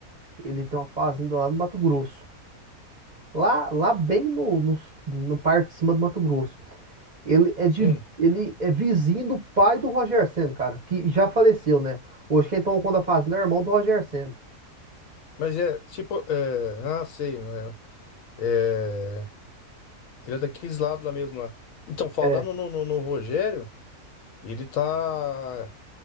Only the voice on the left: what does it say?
Sim.
Mas é tipo. É, ah, sei, né? É, ele é daqueles lados lá mesmo lá. Então, falando
no, no- no Rogério, ele tá.